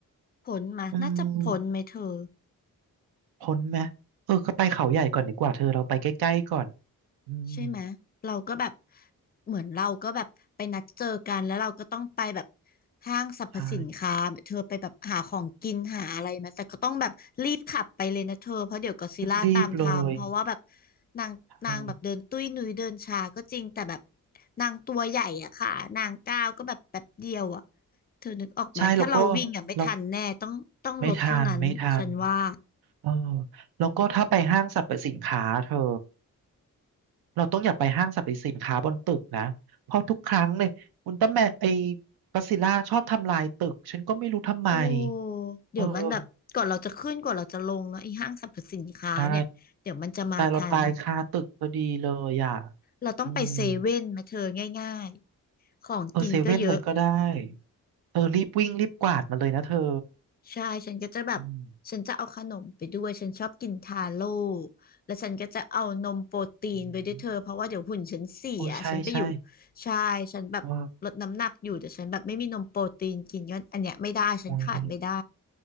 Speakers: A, on the left; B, on the right.
A: พ้นมะน่าจะพ้นไหมเธอ
B: อืมพ้นไหมเออก็ไปเขาใหญ่ก่อนดีกว่าเธอเราไปใกล้ๆก่อนอืม
A: ใช่ไหมเราก็แบบเหมือนเราก็แบบไปนัดเจอกันแล้วเราก็ต้องไปแบบห้างสรรพสินค้าเธอไปแบบหาของกินหาอะไรมาแต่ก็ต้องแบบรีบขับไปเลยนะเธอเพราะเดี๋ยวก็อดซิลล่าตามทามเพราะว่าแบบ
B: ใช่รีบๆเลย
A: นางนางแบบเดินตุ้ยนุ้ยเดินช้าก็จริงแต่แบบ
B: ใช่
A: นางตัวใหญ่อะค่ะนางก้าวก็แบบแป๊บเดียวอะเธอนึกออกไหมถ้าเราวิ่งอะไม่ทันแน่ต้องต้องลดเท่านั้นฉันว่า
B: ใช่แล้วก็เราไม่ทันไม่ทันเออแล้วก็ถ้าไปห้างสรรพสินค้าเธอ เราต้องอย่าไปห้างสรรพสินค้าบนตึกนะเพราะทุกครั้งเลยอุลตร้าแมนไอ้ก็อดซิลล่าชอบทำลายตึกฉันก็ไม่รู้ทำไม
A: โอ้เดี๋ยวมันแบบก่อนเราจะขึ้นก่อนเราจะลงเนาะไอ้ห้างสรรพสินค้าเนี่ยเดี๋ยวมันจะมาทัน
B: เออใช่ตายเราตายคาตึกพอดีเลยอ่ะ
A: เราต้องไปเซเว่นไหมาเธอง่ายๆของกินก็เยอะ
B: อืมเออเซเว่นเลยก็ได้เออรีบวิ่งรีบกวาดมาเลยนะเธอ
A: ใช่ฉันก็จะแบบฉันจะเอาขนมไปด้วยฉันชอบกินทาโร่
B: อืม
A: แล้วฉันก็จะเอานมโปรตีนไปด้วยเธอเพราะว่าเดี๋ยวหุ่นฉันเสียฉันไปอยู่
B: อืมโอ้ใช่ใช่
A: ใช่ฉันแบบลดน้ำหนักอยู่แต่ฉันแบบไม่มีนมโปรตีนกินก็อันเนี้ยไม่ได้ฉันขาดไม่ได้
B: เออโอ้ย